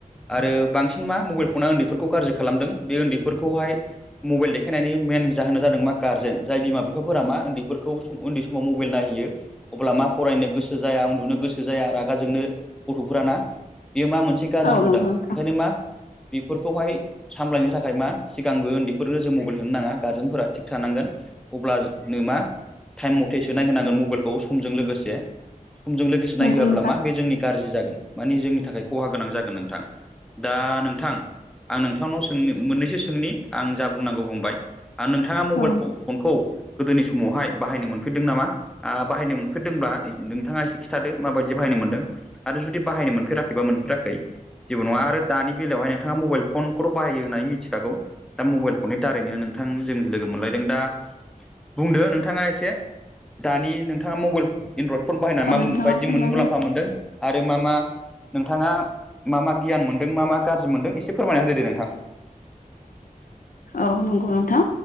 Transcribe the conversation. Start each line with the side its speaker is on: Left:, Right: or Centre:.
Centre: आरो बांसिन मा मबाइल फना उन्दैफोरखौ गाज्रि खालामदों बे उन्दैफोरखौहाय मबाइल देखायनायनि मेन जाहोना जादों मा गार्जेन जाय बिमा बिफाफोरा मा उन्दैफोरखौ उन्दै समाव मबाइल नायहैयो अब्ला मा फरायनो गोसो जाया उन्दुनो गोसो जाया आरो जाजोंनो गथ'फोराना बेयो मा मोनसे गाज्रि
Left: औ
Centre: हुदा
Left: नंगौ नोंथां
Centre: ओंखायनो मा बेफोरखौहाय सामलायनो थाखाय मा सिगांबो उन्दैफोरनो जों मबाइल होनो नाङा गारजेनफोरा थिग थानांगोन अब्लनो मा टाइम मथेसो नायहोनांगोन मबाइलखौ समजों लोगोसे समजों लोगोसे
Left: नंगौ
Centre: नायहोआब्ला
Left: नोंथां
Centre: मा बे जोंनि गाज्रि जागोन माने जोंनि थाखाय खहा गोनां जागोन नोंथां। दा नोंथां आं नोंथांनाव सों मोननैसो सोंनि आं जा बुंनांगौ बुंबाय। आं नोंथाङा मबाइलखौ
Left: औ
Centre: फनखौ गोदोनि समावहाय बाहायनो मोनफैदों नामा आ बाहायनो मोनफेरदोंबा नोंथाङा एसे खिथादो माबायदि जि बाहायनो मोन्दों आरो जुदि बाहायनो मोनफेराखैबा मोनफेराखै जेबो नङा आरो दानि बेलायावहाय नोंथाङा मबाइल फनखौथ' बाहायो होन्नानै मिथिखागौ दा मबाइल फननि दारैनो नोंथां जों लोगो मोनलायदों दा बुंदो नोंथाङा एसे दानि नोंथाङा मबाइल एनड्रयद फन बाहायनाय
Left: औ
Centre: मा
Left: नोंथाङा
Centre: बायदि
Left: सोंनो
Centre: मोन मुलाम
Left: गोनां
Centre: मोनदों आरो मा मा नोंथाङा मा मा गियान मोनदों मा मा गाज्रि मोनदों एसे फोरमाय होदो दे नोंथां
Left: औ नंगौ नोंथां